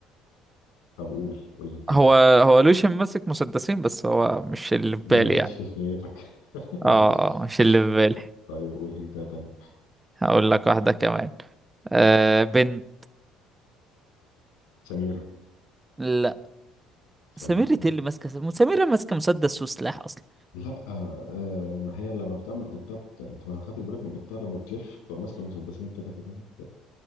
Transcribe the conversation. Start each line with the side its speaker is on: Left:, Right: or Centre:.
Left: طب قول قول انت تاني
Right: هو هو لوشن ماسك مسدسين بس هو مش اللي في
Left: دي
Right: بالي
Left: ما كانتش
Right: يعني
Left: في نيتك <laughs> ماشي.
Right: اه آه، مش اللي في بالي
Left: طيب قول انت تاني
Right: هقول لك واحدة كمان آه... بنت
Left: سميرة
Right: لا
Left: سميرة
Right: سميرة إيه اللي ماسكة سميرة ماسكة مسدس وسلاح اصلا
Left: لا آه ما هي لما بتعمل قلطة بت... انت ما خدتش بالك من القلطة لما بتلف بتبقى ماسكة المسدسين كده كده كده